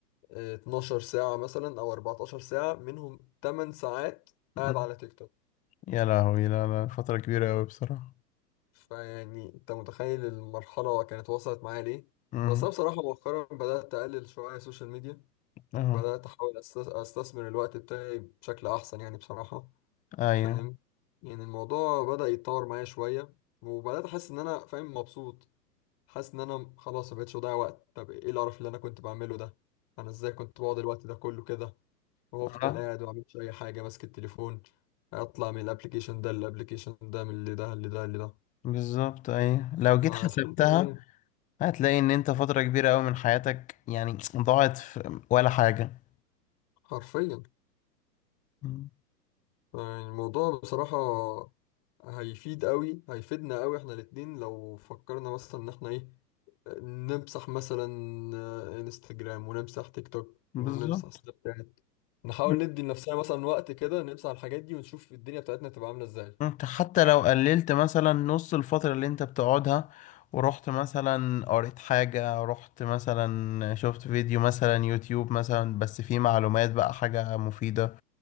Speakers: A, on the left; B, on the left.
A: آه 12 ساعة مثلا او 14 ساعة منهم 8 ساعات قاعد
B: مم.
A: على تيك توك
B: يا لهوي لا لا فترة كبيرة قوي بصراحة
A: فيعني انت متخيل المرحلة كانت وصلت معايا ليه
B: مم.
A: بس انا بصراحة مؤخرا بدأت اقلل شوية السوشيال ميديا
B: اه
A: بدأت احاول أست- استثمر الوقت بتاعي بشكل احسن يعني بصراحة
B: ايوه
A: فاهم يعني الموضوع بدأ يتطور معايا شوية وبدأت احس ان انا فاهم مبسوط حاسس ان انا خلاص مبقتش بضيع وقت طب ايه القرف اللي انا كنت بعمله ده انا ازاي كنت بقعد الوقت ده كله كده وافضل
B: اه
A: قاعد ومعملش اي حاجة ماسك التليفون اطلع من الابليكيشن ده للابليكيشن ده من اللي ده اللي ده اللي ده
B: بالظبط ايوه لو جيت
A: آه،
B: حسبتها
A: الحمد لله
B: هتلاقي ان انت فترة كبيرة قوي من حياتك يعني ضاعت في ولا حاجة
A: حرفيا
B: مم.
A: يعني الموضوع بصراحة هيفيد قوي هيفيدنا قوي احنا الاتنين لو فكرنا مثلا ان احنا ايه نمسح مثلا آه، انستجرام ونمسح تيك توك
B: بالظبط
A: ونمسح سناب شات نحاول
B: مم.
A: ندي لنفسنا مثلا وقت كده نمسح الحاجات دي ونشوف الدنيا بتاعتنا تبقى عاملة ازاي
B: انت حتى لو قللت مثلا نص الفترة اللي انت بتقعدها ورحت مثلا قريت حاجة رحت مثلا شفت فيديو مثلا يوتيوب مثلا بس فيه معلومات بقى حاجة مفيدة